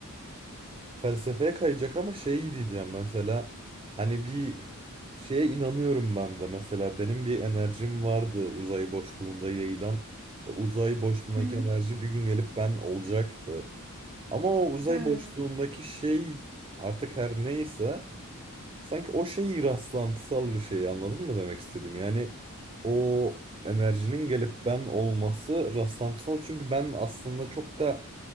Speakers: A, on the right (about 25°); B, on the right (about 45°).
A: Felsefeye kayacak ama şey diyeceğim mesela hani bir şeye inanıyorum ben de mesela benim bir enerjim vardı uzay boşluğunda yayılan ve uzay boşluğundaki
B: Hı hı.
A: enerji bir gün gelip ben olacaktı. Ama o uzay
B: Evet.
A: boşluğundaki şey artık her neyse sanki o şey rastlantısal bir şey anladın mı demek istedim Yani o enerjinin gelip ben olması rastlantısal çünkü ben aslında çok da